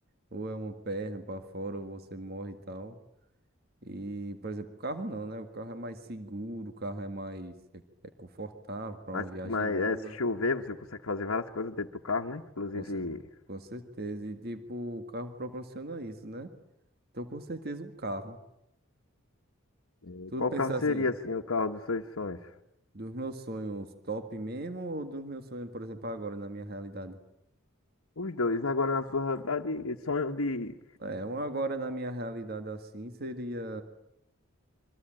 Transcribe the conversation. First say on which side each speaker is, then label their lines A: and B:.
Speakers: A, on the right (about 45°); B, on the left (about 75°).
A: ou é uma perna pra fora, ou você morre e tal. E, por exemplo, o carro não, né? O carro é mais seguro, o carro é mais é, é confortável pra
B: Mas,
A: uma viagem
B: mas
A: longa,
B: é, se chover, você consegue fazer várias coisas dentro do carro, né? Inclusive,
A: com, cer- com certeza. E, tipo, o carro proporciona isso, né? Então, com certeza, um carro.
B: eh,
A: Tu
B: qual
A: pensa
B: carro seria,
A: assim,
B: assim, o carro dos seus sonhos?
A: dos meus sonhos top mesmo, ou dos meus sonhos, por exemplo, agora na minha realidade?
B: Os dois. Agora, na sua realidade, sonho de
A: É, um agora na minha realidade assim seria.